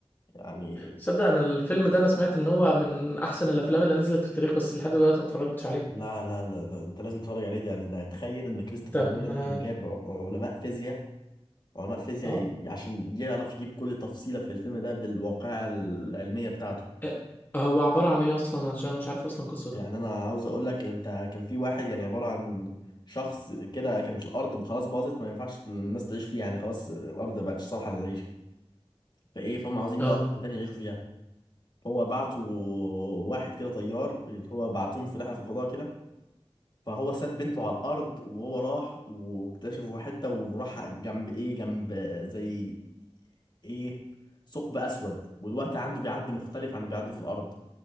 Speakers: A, on the left; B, on the left.
A: يعني
B: صدق انا الفيلم ده انا سمعت ان هو من احسن الافلام اللي نزلت في التاريخ بس لحد دلوقتي ما اتفرجتش عليه
A: لا لا لا ده انت لازم تتفرج عليه ده يعني ده تخيل ان كريستوفر
B: طب
A: نولان
B: ما
A: كان جايب ع- علماء فيزياء وعلماء فيزياء
B: اه
A: ي- عشان يعرف يجيب كل تفصيلة في الفيلم ده بالواقعة العلمية بتاعته
B: إيه؟ هو عبارة عن ايه اصلا عشان أنا مش عارف اصلا قصته
A: يعني أنا عاوز أقول لك أنت كان في واحد يعني عبارة عن شخص كده كانت الأرض خلاص باظت ما ينفعش الناس تعيش فيها يعني خلاص الأرض ما بقتش صالحة للعيش فإيه فهم عاوزين يلاقوا
B: اه
A: حتة تانية يعيشوا فيها هو بعتوا واحد كده طيار اللي هو بعتوهم في رحلة في الفضاء كده فهو ساب بنته على الارض وهو راح واكتشفوا حته وراح جنب ايه جنب زي ايه ثقب اسود والوقت عنده بيعدي مختلف عن بيعدي في الارض